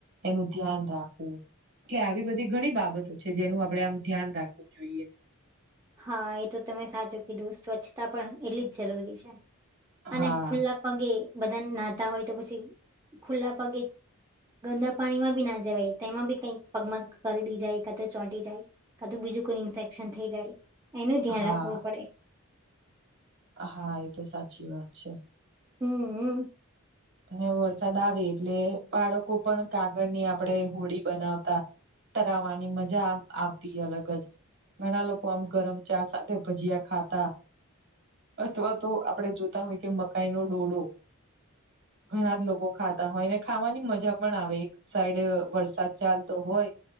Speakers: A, on the right (about 50°); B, on the right (about 15°).
A: એનું ધ્યાન રાખવું એટલે આવી બધી ઘણી બાબતો છે જેનું આપડે આમ ધ્યાન રાખવું જોઈએ.
B: હા એ તો તમે સાચો કે દોસ્ત સ્વચ્છતા પણ એટલી જ જરૂરી છે, અને
A: હા
B: ખુલ્લા પગે બધાને નાતા હોય તો પછી ખુલ્લા પગે ગંદા પાણીમાં બી ના જવાય તેમાં બી કઈક પગમગ કરીડી જાય કા તો ચોંટી જાય કધું બીજું કોઈ ઇન્ફેક્શન થઈ જાય એનું ધ્યાન
A: હા
B: રાખવું પડે
A: હા એ તો સાચી વાત છે
B: હમ
A: અને વરસાદ આવે એટલે બાળકો પણ કાગળ ની આપણે હોડી બનાવતા તરાવવાની મજા આવતી અલગ જ ઘણા લોકો આમ ગરમ ચા સાથે ભજીયા ખાતા અથવા તો આપડ જોતા હોય કે મકાઈ ન ડોડો ઘણા જ લોકો ખાતા હોય ને ખાવાની મજા પણ આવે એક સાઈડ વરસાદ ચાલતો હોય